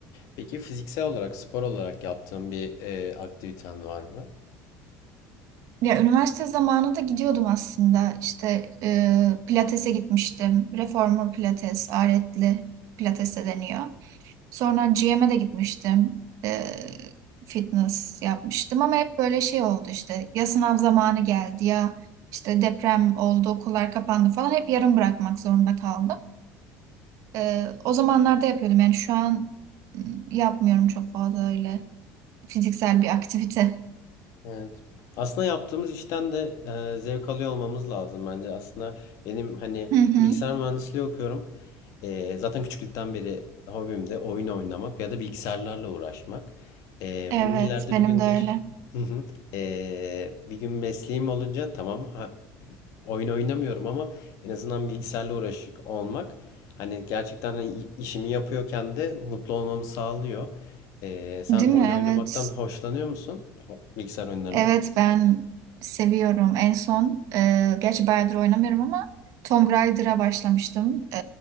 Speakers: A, on the left; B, on the right.
A: Peki fiziksel olarak, spor olarak yaptığın bir e, aktiviten var mı?
B: Ya üniversite zamanı da gidiyordum aslında. İşte e, pilatese gitmiştim. Reformer pilates, aletli pilates de deniyor. Sonra GM'e de gitmiştim. Ee, fitness yapmıştım ama hep böyle şey oldu işte. Ya sınav zamanı geldi ya işte deprem oldu, okullar kapandı falan. Hep yarım bırakmak zorunda kaldım. Ee, o zamanlarda yapıyordum yani şu an ım, yapmıyorum çok fazla öyle fiziksel bir aktivite.
A: Evet. Aslında yaptığımız işten de e, zevk alıyor olmamız lazım bence. Aslında benim hani
B: Hı hı.
A: bilgisayar mühendisliği okuyorum. E, zaten küçüklükten beri hobim de oyun oynamak ya da bilgisayarlarla uğraşmak. E,
B: Evet,
A: bunun ileride
B: benim
A: bir günde
B: de öyle.
A: <laughs> Hı hı. E, bir gün mesleğim olunca tamam ha, oyun oynamıyorum ama en azından bilgisayarla uğraş olmak hani gerçekten hani işimi yapıyorken de mutlu olmamı sağlıyor. Ee, sen
B: Değil
A: oyun
B: mi?
A: oynamaktan
B: Evet.
A: hoşlanıyor musun? O- Bilgisayar oyunlarından.
B: Evet ben seviyorum. En son e, gerçi bayağıdır oynamıyorum ama Tomb Raider'a başlamıştım. E,